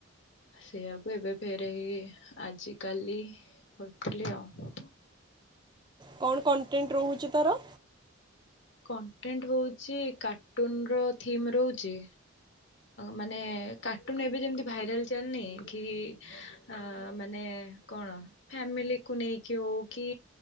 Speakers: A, on the left; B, on the right.
A: ସେଇଆକୁ ଏବେ ଫେରେ ହେଇ ଆଜି, କାଲି କରିଥିଲି ଆଉ।
B: କଣ କଣ୍ଟେଣ୍ଟ ରହୁଛି ତାର?
A: କଣ୍ଟେଣ୍ଟ ରହୁଚି କାର୍ଟୁନ ର ଥିମ୍ ରହୁଛି। ମାନେ କାର୍ଟୁନ ଏବେ ଯେମିତି ଭାଇରାଲ ଚାଲିନି, କି ଅଁ ମାନେ କଣ ଫ୍ୟାମିଲି କୁ ନେଇକି ହଉ କି